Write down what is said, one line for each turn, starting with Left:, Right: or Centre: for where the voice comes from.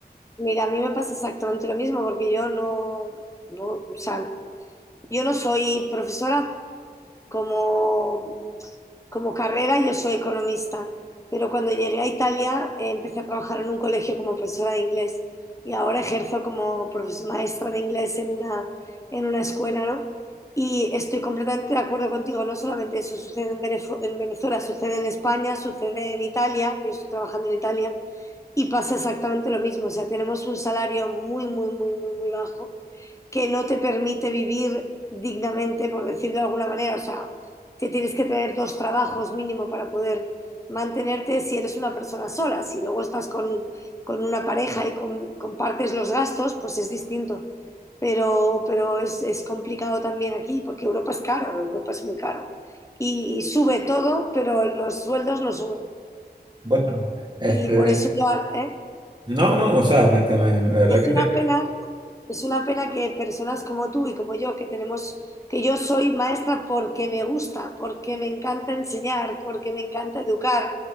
Left: Mira, a mí me pasa exactamente lo mismo porque yo no, no, o sea, yo no soy profesora como como carrera yo soy economista, pero cuando llegué a Italia eh, empecé a trabajar en un colegio como profesora de inglés y ahora ejerzo como profes- maestra de inglés en una, en una escuela, ¿no? Y estoy completamente de acuerdo contigo, no solamente eso sucede en Venef- en Venezuela, sucede en España, sucede en Italia, yo estoy trabajando en Italia y pasa exactamente lo mismo, o sea, tenemos un salario muy, muy, muy, muy, muy bajo que no te permite vivir dignamente, por decirlo de alguna manera. O sea, te tienes que tener dos trabajos mínimo para poder mantenerte si eres una persona sola. Si luego estás con, con una pareja y con- compartes los gastos, pues es distinto. Pero, pero es, es complicado también aquí porque Europa es caro, Europa es muy caro. Y, y sube todo, pero los sueldos no suben.
Right: Bueno, este,
Left: Y por eso yo, ¿eh?
Right: no, no, o sea, me, que me- la verdad
Left: Es
Right: que
Left: una pena, es una pena que personas como tú y como yo, que tenemos, que yo soy maestra porque me gusta, porque me encanta enseñar, porque me encanta educar,